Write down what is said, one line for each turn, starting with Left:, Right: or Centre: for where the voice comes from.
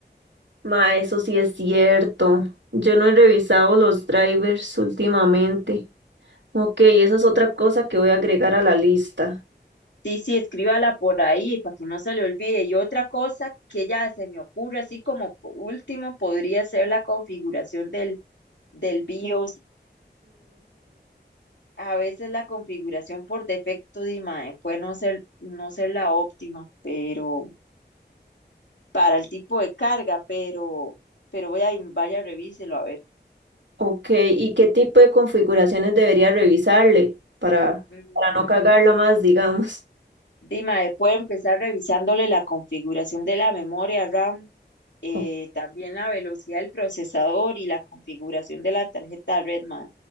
Right: Ma, eso sí es cierto. Yo no he revisado los drivers últimamente. Ok, esa es otra cosa que voy a agregar a la lista.
Left: Sí, sí, escríbala por ahí para que no se le olvide. Y otra cosa que ya se me ocurre, así como por último, podría ser la configuración del del BIOS, a veces la configuración por defecto de imagen puede no ser, no ser la óptima, pero para el tipo de carga, pero, pero voy a, vaya, revíselo a ver.
Right: Ok, ¿y qué tipo de configuraciones debería revisarle para,
Left: Mm,
Right: para no cagarla más, digamos?
Left: Dima, eh, puede empezar revisándole la configuración de la memoria RAM, eh,
Right: O-
Left: también la velocidad del procesador y la configuración de la tarjeta red, mae.